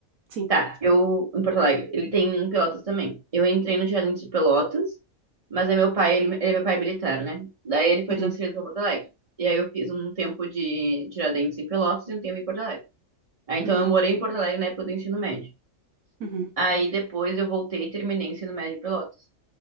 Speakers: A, on the right; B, on the right.
A: sim.
B: Tá, eu, em Porto Alegre, ele tem em Pelotas também. Eu entrei no Tiradentes de Pelotas, mas é meu pai, ele, ele- é meu pai é militar, né? Daí ele foi
A: Uhum,
B: transferido para Porto Alegre. E aí eu fiz um tempo de Tiradentes em Pelotas e um tempo em Porto Alegre. Aí, então,
A: uhum,
B: eu morei em Porto Alegre na época do ensino médio.
A: uhum.
B: Aí, depois, eu voltei e terminei o ensino médio em Pelotas.